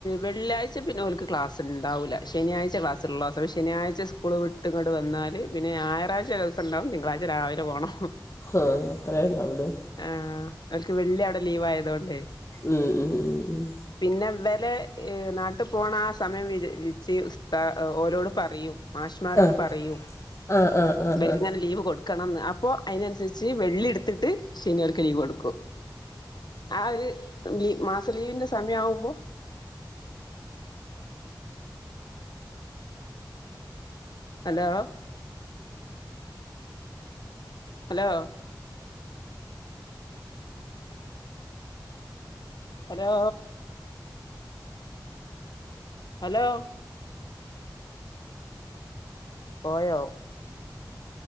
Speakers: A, on the left; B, on the left.
A: വെള്ളിയാഴ്ച പ പിന്നെ അവർക്ക് ക്ലാസ് ഉണ്ടാവില്ല ശനിയാഴ്ച ക്ലാസ്സുള്ളത്സം ശനിയാഴ്ച സ്കൂൾ വിട്ട ഇങ്ങോട്ട് വന്നാല് പിന്നെ ഞായാഴ്ച ദിവസംണ്ടാവും തിളഴ്ച രാവിലെ പോകണം
B: ആഹ് അത്രേ ഉണ്ടാവൂലേ
A: ആ അവക്ക് വെള്ളി അവിടെ ലീവ് ആയതോണ്ടേ
B: ഉം ഉം ഉം ഉം
A: പിന്നെ പിന്നെ വില നാട്ടു പോണ ആ സമയം വി വിച്ച്ത ഓരോടും പറയും മാഷമാരോട്
B: ആഹ്
A: പറയും
B: ആഹ് ആഹ് ആഹ്
A: ബക്ക്
B: ആഹ്
A: ഇങ്ങനെ ലീവ് കൊടു ക്കണംന്ന് അപ്പൊ അതിനനുസരിച്ച് വെള്ളി എടുത്തിട്ട് ശനിയവർക്കു ലീവ് കൊടുക്കു ആ ഒരു ലീ മാസ ലീവിന്റെ സമയം ആവുമ്പോ ഹലോ ഹലോ ഹലോ ഹലോ പോയോ